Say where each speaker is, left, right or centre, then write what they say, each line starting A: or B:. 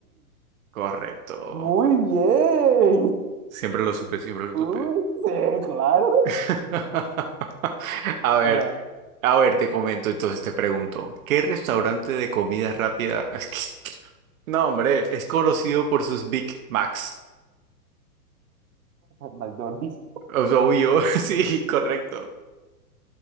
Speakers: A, on the right; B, on the right.
A: Correcto.
B: muy bien.
A: Siempre lo supe, siempre lo
B: Uy,
A: supe.
B: sí, claro.
A: <laughs> A ver.
B: Ajá,
A: A ver, te comento, entonces te pregunto, ¿qué restaurante de comida rápida? <laughs> Es que- No, hombre, es conocido por sus Big Macs.
B: McDonald's.
A: O Obvio, <laughs> sí, correcto.